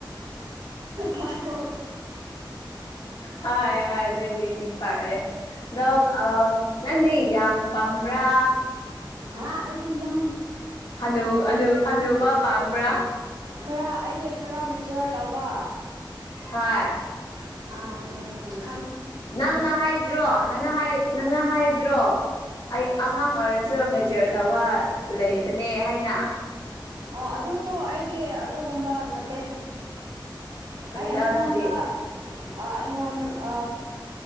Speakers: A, on the right (about 85°); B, on the left (about 85°).
A: ꯐꯇ
B: ꯑ ꯑꯗꯨꯗꯩꯗꯤ ꯐꯔꯦ ꯑꯗꯣ ꯅꯪꯗꯤ ꯌꯥꯡ ꯄꯥꯝꯕ꯭ꯔꯥ
A: ꯍꯥꯥ ꯑꯩꯗꯤ ꯌꯥ
B: ꯍꯅꯨ ꯑꯅꯨ ꯑꯅꯨꯕ ꯄꯝꯕ꯭ꯔꯥ
A: ꯈꯔ ꯑꯩꯒꯤ ꯈꯔ ꯃꯦꯆꯌꯣꯔ ꯇꯧꯕ
B: ꯍꯥ
A: ꯑ
B: ꯅꯪꯅ ꯍꯥꯏꯗ꯭ꯔꯣ ꯅꯪꯅ ꯅꯪꯅ ꯍꯥꯏꯗ꯭ꯔꯣ ꯑꯩ ꯑꯉꯥꯡ ꯑꯣꯏꯔꯁꯨ ꯃꯦꯆꯌꯣꯔ ꯇꯧꯕ ꯂꯩꯕꯅꯦ ꯍꯥꯏꯅ
A: ꯑꯣ ꯑꯗꯨꯁꯨ ꯑꯩꯗꯤ ꯑꯗꯨꯒꯨꯝꯕ ꯅꯠꯇꯦ
B: ꯀꯔꯤꯅꯣ
A: ꯑꯩ ꯑꯩꯉꯣꯟꯗ
B: ꯅꯪꯗꯤ
A: ꯑꯩꯉꯣꯟ ꯑ